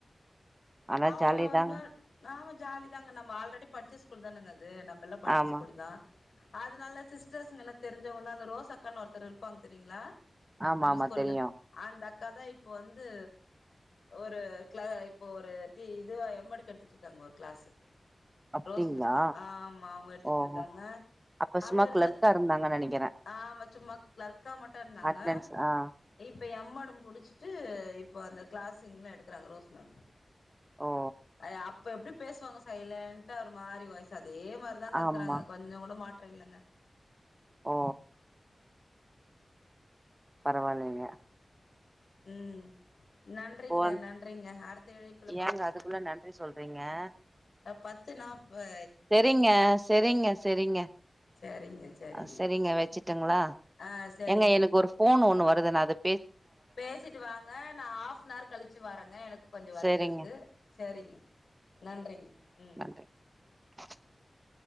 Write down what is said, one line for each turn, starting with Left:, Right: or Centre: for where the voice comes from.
Right: ஆனா
Left: அவுங்கோ
Right: ஜாலிதாங்க
Left: இன்னொர் ஆமா ஜாலி தாங்க நம்ம ஆல்ரெடி படிச்ச ஸ்கூல் தானுங்க அது நம்மல்லா படிச்ச
Right: ஆமா
Left: ஸ்கூல்லு தா அதனால சிஸ்டர்ஸ்ங்களா தெரிஞ்சவங்க தா அந்த ரோஸ் அக்கான் ஒருத்தர் இருப்பாங்க தெரியுங்ளா
Right: ஆமா
Left: நம்ம
Right: ஆமா
Left: ஸ்கூல்ல
Right: தெரியு
Left: அந்த அக்கா தா இப்போ வந்து ஒரு கிளா இப்ப ஒரு இது இதுவா எம் எடுக்கு எடுத்துட்ருக்காங்க ஒரு கிளாஸ்ஸு
Right: அப்டிங்களா
Left: ரோஸ் மிஸ் தா ஆமா அவங்க எடுத்துட்ருக்காங்க
Right: ஓஹோ அப்ப
Left: அங்க
Right: சும்மா
Left: இருந்த
Right: கிளர்க்கா இருந்தாங்க நெனைக்கிறே
Left: ஆமா சும்மா கிளர்க்கா மட்டு இருந்தாங்க
Right: அட்னன்ஸ் ஆ
Left: இப்ப எம் ஏடு முடிச்சிட்டு இப்போ அந்த கிளாஸ்ங்லு எடுக்குறாங்க ரோஸ் மேம்
Right: ஓ
Left: அதா அப்ப எப்டி பேசுவாங்க சைலன்டா ஒரு மாரி வயசு அதே மாரிதாங்க
Right: ஆமா
Left: இருக்கறாங்க கொஞ்ச கூட மாட் ற்ற இல்லங்க
Right: ஆ பரவாயில்லைங்க
Left: ம் நன்றிங்க
Right: இப்போ
Left: நன்றிங்க அடுத்த இழைப்புல பாக்கலாங்க
Right: ஏங்க அதுக்குள்ள நன்றி சொல்றீங்க
Left: அ பத்து நாப்பா
Right: செரிங்க செரிங்க செரிங்க
Left: சரிங்க சரிங்க
Right: அ செரிங்க வச்சுட்டுங்ளா
Left: ஆ சரிங்க
Right: ஏங்க எனக்கு ஒரு ஃபோன் ஒண்ணு வருது நா அது
Left: பேசிட்டு வாங்க நா ஆஃப்னர் கழிச்சு வாரேங்க எனக்கு கொஞ்ச ஒர்க்
Right: செரிங்க
Left: இருக்கு செரிங்க நன்றிங்க ம்
Right: நன்றி <inaudible>